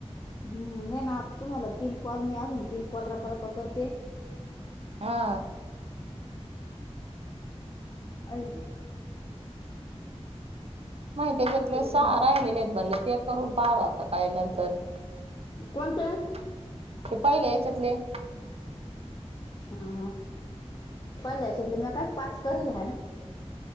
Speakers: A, on the left; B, on the right.
A: हम्म मी ना आता तुम्हाला तीन कॉल मी आजून तीन कॉल रप रपा करते
B: हा
A: आई
B: माहिती आहे त्याच्यातले सहा
A: तुम्हाला
B: राहिलेले
A: फोन.
B: आहेत बरले ते करून पावं का काय नंतर
A: कोणते?
B: ते पहिल्या हेच्यातले
A: हा पहिल्या याच्यातले मी काय पाच करून घ्या ना